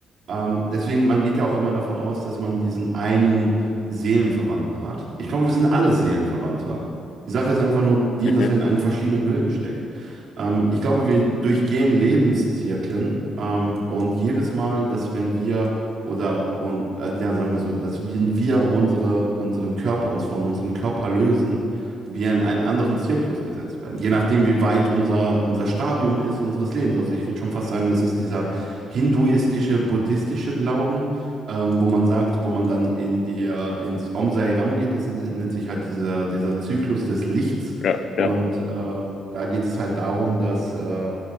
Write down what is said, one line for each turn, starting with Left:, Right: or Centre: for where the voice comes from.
Right: Ähm, deswegen, man geht ja auch immer davon aus, dass man diesen einen Seelenverwandten hat. Ich glaube, wir sind alle Seelenverwandte. Die Sache ist einfach nur die,
Left: Mhm.
Right: dass wir in einen verschiedenen Hüllen stecken. Ähm, ich glaube, wir durchgehen Lebenszyklen ähm, und jedes Mal, dass wenn wir oder und äh, ja, sagen wir es so, dass wenn wir unsere, unseren Körper uns von unserem Körper lösen, wir in einen anderen Zirklus gesetzt werden. Je nachdem, wie weit unser, unser Stadium ist, unseres Lebens. Also ich würde schon fast sagen, das ist dieser hinduistische, buddhistische Glauben, ähm, wo man sagt, wo man dann in die, äh, ins Om Sai Ram geht, das nennt nennt sich halt dieser, dieser Zyklus des Lichts.
Left: Ja,
Right: Und
Left: ja.
Right: ähm, da geht es halt darum, dass äh,